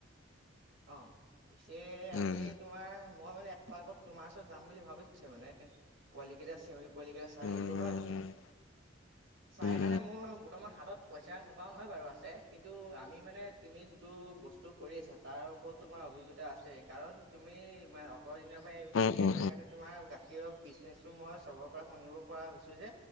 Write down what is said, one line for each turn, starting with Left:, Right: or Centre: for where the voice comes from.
Right: অ', পিছে আমি
Left: উম
Right: তোমাৰ মই মানে এাৰ্গত তোমাৰ ওচৰত যাম বুলি ভাবিছিলো মানে পোৱাল কেইটা চিঞৰি োৱ চাই
Left: উম
Right: আহিলো হয়, চাই
Left: উম
Right: মানে মোৰ বৰ্তমান হাতত পইচা নথকাও নহয় বাৰু আছে কিন্তু আমি মানে তুমি যোনটো বস্তু কৰি আছা তাৰ ওপৰতো তোমাৰ অভিজ্ঞতা আছে কাৰণ তুমি প দিনৰ পৰা
Left: উম উম
Right: কৰি
Left: উম উম উম উম
Right: আছাৰ কাৰণে তোমাৰ গা সেই বিশ্নে মই চবৰ পৰা শুনিব পৰা হৈছো যে